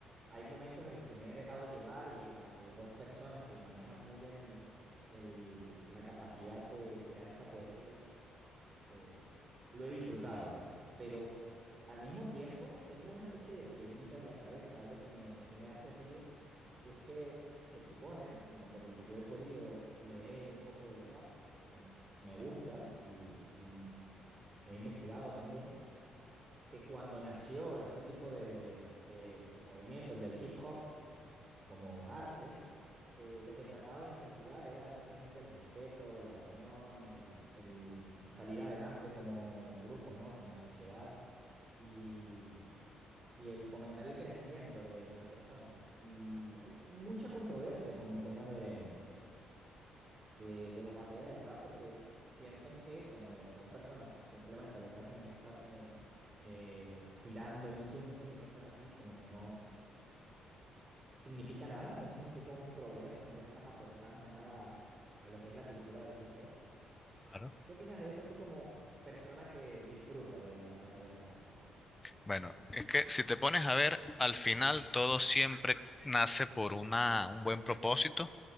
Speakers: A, on the right (about 30°); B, on the left (about 20°).
A: hay momentos en los que me he dejado llevar y ante dos personas que manejan muy bien el, el, la capacidad de crear esta poesía eh, lo he disfrutado también, pero al mismo tiempo tengo una especie de piedrita en la cabeza, algo que me, que me hace ruido, y es que se supone, bueno, por lo que yo he podido leer un poco del rap, porque me gusta y, y he investigado también, que cuando nació este tipo de, de, de movimiento, el del hip hop como arte, eh, lo que trataba de incentivar era justamente el respeto, la unión, el, el salir adelante como grupos, ¿no? Como sociedad y, y el fomentar el crecimiento de, de las personas. Y hay mucha controversia con el tema de, de, de las batallas de rap porque sienten que cuando dos personas simplemente lo que hacen es estarse eh, tirando insultos y cosas así, como que no, significa nada, no significa un progreso, no le estás aportando nada a lo que es la cultura del hip hop.
B: Claro.
A: ¿Qué opinas de eso tú como persona que disfruta de las batallas de rap?
B: Bueno, es que si te pones a ver, al final todo siempre nace por una, un buen propósito